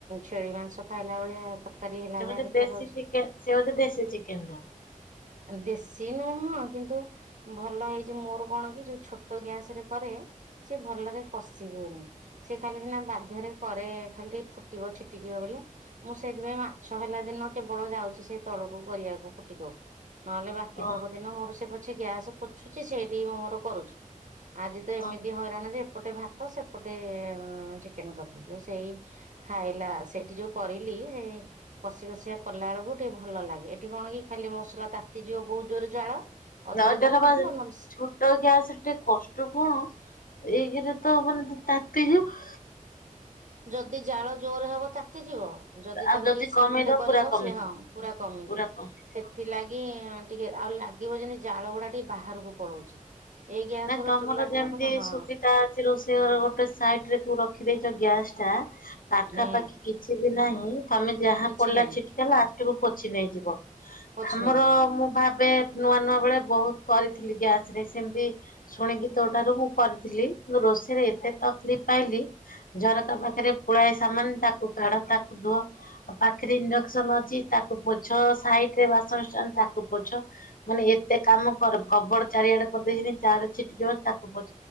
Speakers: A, on the right; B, on the left.
A: ଛେଳି ମାଂସ ଖାଇଲା ଭଳିଆ। ତରକାରୀ ହେଲା
B: ସେ
A: ଭଳିଆ
B: ବୋଧେ
A: ଦେଖା
B: ଦେଶୀ
A: ଯାଉଛି।
B: ଚିକେନ୍‌ ସେ ହଉଛି ଦେଶୀ ଚିକେନ୍‌ ଟା।
A: ଦେଶୀ ନୁହଁ କିନ୍ତୁ ଭଲ ହେଇଛି ମୋର କଣ କି ଯୋଉ ଛୋଟ ଗ୍ୟାସ ରେ କରେ ସେ ଭଲରେ କଷି ହୁଏନି। ସେ ଖାଲି ସିନା ବାଧ୍ୟରେ କରେ ଖାଲି ଟିକେ ଫୁଟିବ ଛିଟିକିବ ବୋଲି। ମୁଁ ସେଇଥିପାଇଁ ମାଛ ହେଲା ଦିନ କେବଳ ଯାଉଛି ସେଇ ତଳକୁ କରିବାକୁ ପୁଟିକକୁ। ନହେଲେ ବାକି
B: ହଁ
A: ତକ ଦିନ ମୋର ସେ ପଛେ ଗ୍ୟାସ ପୋଛୁଛି ସେଇଠିକି ମୁଁ ମୋର କରୁଛି। ଆଜି ତ ଏମିତି
B: ଓ
A: ହଇରାଣ ଯେ ଏପଟେ ଭାତ ସେପଟେ ଚିକେନ୍‌ କଲି। ହଁ ସେଇ ଖାଇଲା ସେଇଠି ଯୋଉ କରିଲି ସେ କଷି କଷିଆ କଲାବେଳକୁ ଟିକେ ଭଲ ଲାଗେ ଏଠି କଣ କି ଖାଲି ମସଲା ତାତିଯିବ ବହୁତ ଜୋରେ ଜାଳ।
B: <unintelligible>
A: ଅଧିକ
B: ଗ୍ୟାସରେ
A: ତାତିଯିବ ନହେଲେ
B: ଟିକେ କଷ୍ଟ କଣ ଏକରେ ତ ମାନେ ତାତି ଯିବ।
A: ଯଦି ଜାଳ ଜୋରେ ହବ ତାତି ଯିବ। ଯଦି ତାକୁ
B: ଆଉ
A: ଟିକେ ସିମ୍
B: କମେଇଦବ
A: ରେ କରିବ
B: ପୁରା କମିଯିବ
A: ସିଏ ହଁ ପୁରା କମିଯିବ।
B: ପୁରା କମିଯିବ।
A: ସେ ସେଥିଲାଗି ଟିକେ ଆଉ ଲାଗିବ ଯେମିତି ଜାଳ ଗୁଡ଼ା ଟିକେ ବାହାରକୁ ପଳଉଛି। ଏଇ ଗ୍ୟାସ
B: ନାଇଁ ତମର
A: ର ଚୁଲାଟାରେ
B: ଯେମିତି
A: ହଁ।
B: ସୁବିଧା ଅଛି ରୋଷେଇ ଘର ଗୋଟେ ସାଇଡ ରେ କୁ ରଖିଦେଇଛ ଗ୍ୟାସ ଟା ପାଖାପାଖି
A: ହୁଁ
B: କି କିଛି ବି ନାହିଁ। ତମେ ଯାହା
A: କିଛି
B: ପଡ଼ିଲା
A: ନାହିଁ
B: ଛିଟିିକିଲା ଲାଷ୍ଟକୁ ପୋଛି ନେଇଯିବ।
A: ପୋଛି
B: ଆମର
A: ନେଇଯିବ।
B: ମୁଁ ଭାବେ ନୂଆ ନୂଆ ବେଳେ ବହୁତ କରିଥିଲି ଗ୍ୟାସ୍ ରେ ସେମିତି ଶୁଣିକି ତୋ ଠାରୁ ମୁଁ କରିଥିଲି କିନ୍ତୁ ରୋଷେଇରେ ଏତେ ତକଲିଫ୍ ପାଇଲି। ଝରକା ପାଖରେ ପୁଳାଏ ସାମାନ ତାକୁ କାଢ଼ ତାକୁ ଧୁଅ। ପାଖରେ ଇଣ୍ଡକ୍ସନ ଅଛି ତାକୁ ପୋଛ ସାଇଟରେ ବାସନ ଷ୍ଟାଣ୍ଡ ତାକୁ ପୋଛ। ମାନେ ଏତେ କାମ କର କବୋର୍ଡ଼ ଚାରିଆଡ଼େ କରିଦେଇଛନ୍ତି। ତା ଆଡ଼େ ଛିଟିକିବ ତାକୁ ପୋଛ।